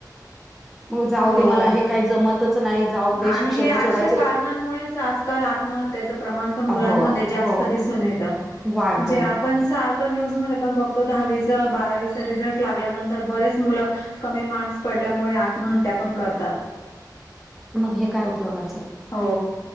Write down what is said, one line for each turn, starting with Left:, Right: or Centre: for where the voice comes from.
Centre: म
Left: हो
Centre: का ज नाही
Left: आणि
Centre: शिक्षण
Left: हे अशा
Centre: सोडायचं
Left: कारणांमुळेच आजकाल आत्महत्येचं प्रमाण पण मुलांमध्ये
Centre: हो
Left: जास्त
Centre: हो
Left: दिसून येतं
Centre: वाढलंय.
Left: म्हणजे आपण सारख न्यूज मध्ये पण बघतो दहावीचा बारावीचा रिझल्ट लागल्यानंतर बरेच मुलं कमी मार्क्स पडल्यामुळे आत्महत्या पण करतात
Centre: मग हे काय उपयोगाचं
Left: हो